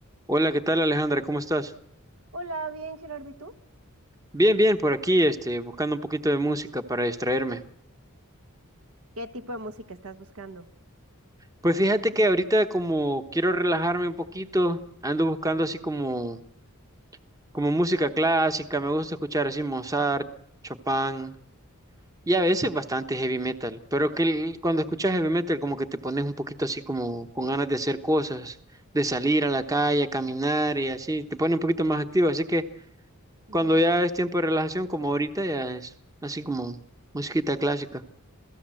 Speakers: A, on the right; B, on the right.
A: Hola, ¿qué tal Alejandra? ¿Cómo estás?
B: Hola, bien, Gerardo, ¿y tú?
A: Bien, bien, por aquí, este, buscando un poquito de música para distraerme.
B: ¿Qué tipo de música estás buscando?
A: Pues fíjate que ahorita como quiero relajarme un poquito, ando buscando así como, como música clásica, me gusta escuchar así Mozart, Chopin y a veces bastante heavy metal, pero que el- cuando escuchas heavy metal como que te pones un poquito así como con ganas de hacer cosas, de salir a la calle, a caminar y así, te pone un poquito más activo, así que
B: Ujú.
A: cuando ya es tiempo de relajación como ahorita ya es así como musiquita clásica.